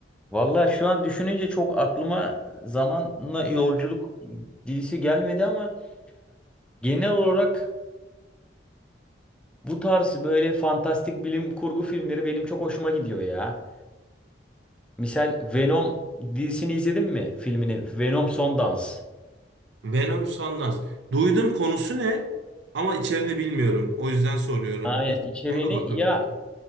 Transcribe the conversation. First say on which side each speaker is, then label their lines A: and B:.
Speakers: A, in the centre; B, on the right (about 70°).
A: Valla şu an düşününce çok aklıma zamanla yolculuk dizisi gelmedi ama genel olarak bu tarz böyle fantastik bilim kurgu filmleri benim çok hoşuma gidiyor ya. Misal Venom dizisini izledin mi? Filmini Venom Son Dans.
B: Venom Sundance. Duydum konusu ne ama içeriğini bilmiyorum. O yüzden soruyorum.
A: Aynen içeriğini
B: Ona da bakabilirim.
A: ya